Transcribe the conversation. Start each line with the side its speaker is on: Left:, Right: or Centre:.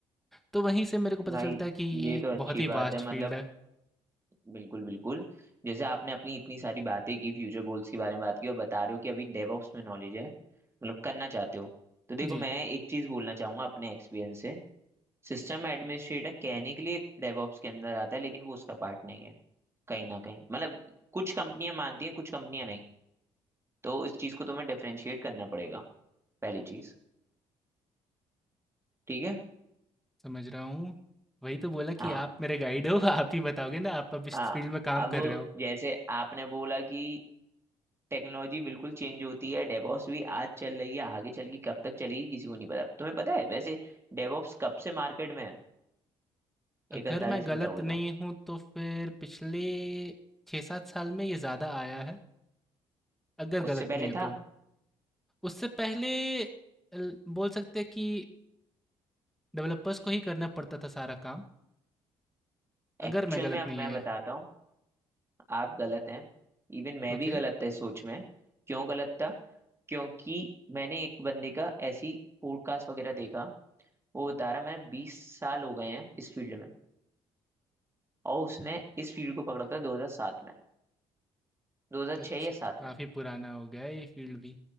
Centre: तो वहीं से मेरे को पता
Right: भाई
Centre: चलता है कि ये
Right: ये
Centre: एक
Right: तो अच्छी
Centre: बहुत ही
Right: बात
Centre: वास्ट
Right: है
Centre: फील्ड
Right: मतलब
Centre: है।
Right: बिल्कुल बिल्कुल जैसे आपने अपनी इतनी सारी बातें की फ्यूचर गोल्स के बारे में बात की और बता रहे हो कि अभी डेवऑप्स में नॉलेज है मतलब करना चाहते हो तो देखो
Centre: जी,
Right: मैं एक चीज बोलना चाहूंगा अपने एक्सपीरियंस से सिस्टम एडमिनिस्ट्रेटर कहने के लिए डेवऑप्स के अंदर आता है लेकिन वो उसका पार्ट नहीं है कहीं ना कहीं मतलब कुछ कंपनियां मानती हैं कुछ कंपनियां नहीं तो इस चीज को तुम्हें डिफरेंशिएट करना पड़ेगा पहली चीज ठीक है
Centre: समझ रहा हूँ। वही तो बोला
Right: हाँ
Centre: कि आप मेरे गाइड हो, आप ही बताओगे ना आप अब इस
Right: आ,
Centre: फील्ड में काम
Right: अब
Centre: कर रहे हो।
Right: जैसे आपने बोला कि टेक्नोलॉजी बिल्कुल चेंज होती है डेवॉप्स भी आज चल रही है आगे चल के कब तक चलेगी किसी को नहीं पता तुम्हें पता है वैसे डेवॉप्स कब से मार्केट में है
Centre: अगर
Right: एक अंदाजे
Centre: मैं
Right: से
Centre: गलत
Right: बताओगे
Centre: नहीं
Right: तो
Centre: हूँ तो फिर पिछले छः सात साल में ये ज़्यादा आया है अगर गलत
Right: उससे पहले
Centre: नहीं हो
Right: था
Centre: तो उससे पहले ल- बोल सकते हैं कि डेवलपर्स को ही करना पड़ता था सारा काम
Right: एक्चुअल
Centre: अगर मैं गलत
Right: में अब
Centre: नहीं
Right: मैं
Centre: है
Right: बताता हूँ आप गलत हैं इवन मैं
Centre: ओके
Right: भी गलत था इस सोच में क्यों गलत था क्योंकि मैंने एक बंदे का ऐसी पॉडकास्ट वगैरह देखा वो बता रहा मैं बीस साल हो गए हैं इस फील्ड में और उसने इस फील्ड को पकड़ा था 2007 में 2006
Centre: अच्छा
Right: या सात
Centre: तो काफ़ी पुराना हो गया है ये फील्ड भी